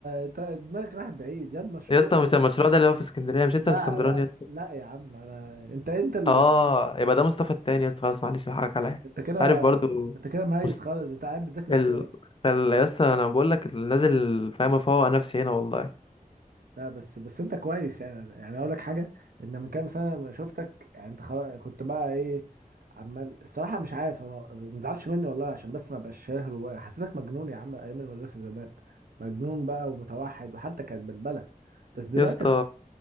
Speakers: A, on the right; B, on the left.
A: انت دماغك رايح بعيد ياد مشروع
B: يا اسطى مش المشروع ده اللي هو في اسكندريه مش انت
A: لا
B: من اسكندراني
A: لا
B: يا اسطى
A: لا يا عم انا انت انت ال...
B: اه يبقى ده مصطفى التاني يا اسطى خلاص معلش الحقك عليا أنت
A: انت كده
B: عارف برضو
A: انت كده مهيس
B: مست...
A: خالص انت قاعد بتذاكر
B: ال...
A: ازاي يعني؟
B: ال... يا اسطى انا بقول لك نازل فاهم افوق نفسي هنا والله
A: لا بس بس انت كويس يعني يعني اقول لك حاجه ان من كام سنه لما شفتك يعني انت خلاص كنت بقى ايه عمال الصراحه مش عارف أنا- ما تزعلش مني والله عشان بس ما بقاش شايلها جوايا حسيتك مجنون يا عم ايام المدرسه زمان مجنون بقى ومتوحد وحتى كانت بلبله بس دلوقتي
B: يا اسطى
A: خ...